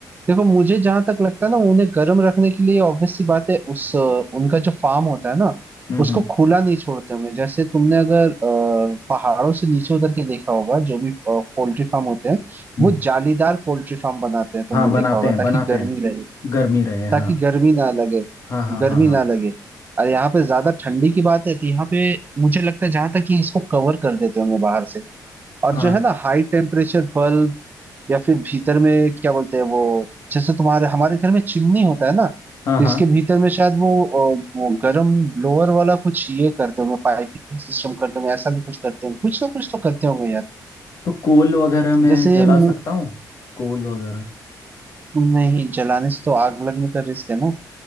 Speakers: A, on the right; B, on the left.
A: देखो मुझे जहां तक लगता है ना उन्हें गर्म रखने के लिए ऑब्वियस सी बात है उस अ, उनका जो फार्म होता है ना
B: हम्म
A: उसको
B: हम्म
A: खुला नहीं छोड़ते होंगे जैसे तुमने अगर अ, पहाड़ों से नीचे उतर के देखा होगा जो भी पोल्ट्री फार्म होते हैं
B: हम्म।
A: वो जालीदार पोल्ट्री फार्म बनाते हैं तुमने
B: हाँ बनाते
A: देखा होगा
B: हैं
A: ताकि
B: बनाते
A: गर्मी
B: हैं
A: रहे
B: गर्मी रहे हाँ
A: ताकि गर्मी ना लगे
B: हाँ हाँ
A: गर्मी
B: हाँ हाँ
A: ना लगे और यहाँ पे ज्यादा ठंडी की बात है तो यहाँ पे मुझे लगता है जहां तक कि इसको कवर कर देते होंगे बाहर से और
B: हाँ
A: जो है ना हाई टेम्परेचर बल्ब या फिर भीतर में क्या बोलते हैं वो जैसे तुम्हारे हमारे घर में चिमनी होता है ना
B: हाँ
A: तो
B: हाँ
A: इसके भीतर में शायद वो अ, वो गर्म ब्लोअर वाला कुछ ये करते होंगे पाइपिंग सिस्टम करते होंगे ऐसा भी कुछ करते होंगे कुछ ना कुछ तो करते होंगे यार
B: तो कोल वगैरह में
A: जैसे
B: जला
A: मु-
B: सकता हूँ कोल वगैरह
A: नहीं जलाने से तो आग लगने का रिस्क है ना